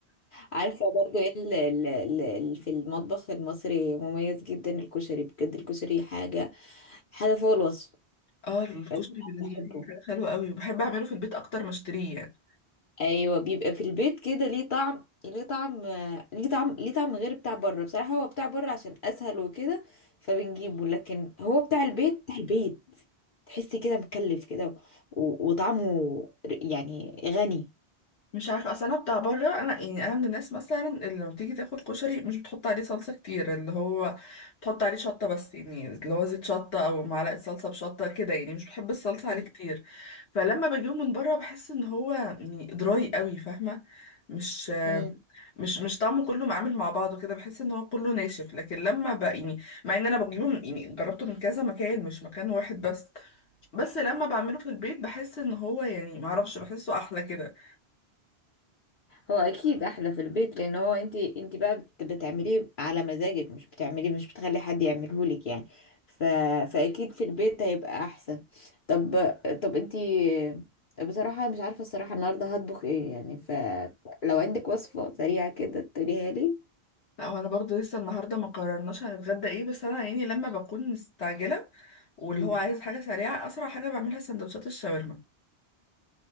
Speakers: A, on the left (about 55°); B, on the left (about 80°).
A: عارفة برضو ايه ال- ال- ال- ال- في المطبخ المصري مميز جدا الكشري بجد الكشري حاجة حاجة فوق الوصف
B: اه الكشري
A: بس أنا
B: بالنسبه
A: بحبه
B: لي حاجه حلوه قوي وبحب اعمله في البيت اكتر ما اشتريه يعني
A: ايوه بيبقى في البيت كده ليه طعم ليه طعم ليه طعم ليه طعم غير بتاع بره بصراحة هو بتاع بره عشان اسهل وكده فبنجيبه لكن هو بتاع البيت بتاع البيت تحسي كده مكلف كده و- وطعمه يعني غني
B: مش عارفه اصل انا بتاع بره انا يعني انا من الناس مثلا اللي لما بتيجي تاكل كشري مش بتحط عليه صلصه كتير اللي هو بتحط عليه شطه بس يعني اللي هو زيت شطه او معلقه صلصه بشطه كده يعني مش بحب الصلصه عليه
A: مم.
B: كتير فلما بجيبه من بره بحس ان هو يعني دراي قوي فاهمه مش
A: مم.
B: مش مش طعمه كله معامل مع بعضه كده بحس ان هو كله ناشف لكن لما بقى يعني مع ان انا بجيبه من يعني جربته من كذا مكان مش مكان واحد بس بس لما بعمله في البيت بحس ان هو يعني معرفش بحسه احلى كده
A: هو اكيد احلى في البيت لان هو انت انت بقى بت- بتعمليه على مزاجك مش بتعمليه مش بتخلي حد يعمله لك يعني ف... فاكيد في البيت هيبقى احسن طب طب انت بصراحة مش عارفة الصراحة النهاردة هطبخ ايه يعني فلو عندك وصفة سريعة كده تقوليها لي
B: لا هو انا برضه لسه النهارده ما قررناش هنتغدى ايه بس انا يعني لما بكون مستعجله واللي
A: مم.
B: هو عايز حاجه سريعه اسرع حاجه بعملها سندوتشات الشاورما